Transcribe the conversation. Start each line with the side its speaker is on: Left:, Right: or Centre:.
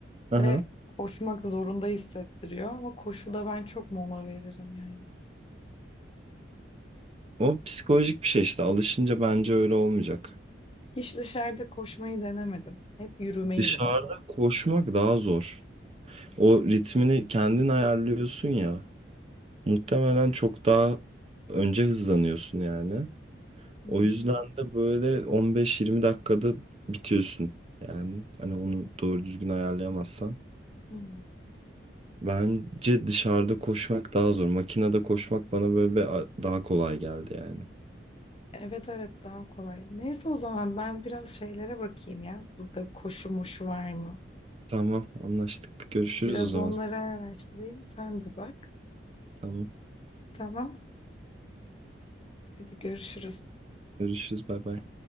Right: Aha.
Left: ve koşmak zorunda hissettiriyor ama koşuda ben çok mola veririm yani.
Right: O psikolojik bir şey işte. Alışınca bence öyle olmayacak.
Left: Hiç dışarıda koşmayı denemedim. Hep yürümeyi
Right: Dışarıda
Left: denedim.
Right: koşmak daha zor. O ritmini kendin ayarlıyorsun ya. Muhtemelen çok daha önce hızlanıyorsun yani.
Left: Hı
Right: O
Left: hı.
Right: yüzden de böyle 15-20 dakikada bitiyorsun. Yani hani onu doğru düzgün ayarlayamazsan.
Left: Hı.
Right: Bence dışarıda koşmak daha zor. Makinede koşmak bana böyle bir a- daha kolay geldi yani.
Left: Evet evet daha kolay. Neyse o zaman ben biraz şeylere bakayım ya. Burada koşu moşu var mı?
Right: Tamam, anlaştık. Görüşürüz
Left: Biraz
Right: o zaman.
Left: onları araştırayım. Sen de bak.
Right: Tamam.
Left: Tamam. Hadi görüşürüz.
Right: Görüşürüz. Bay bay.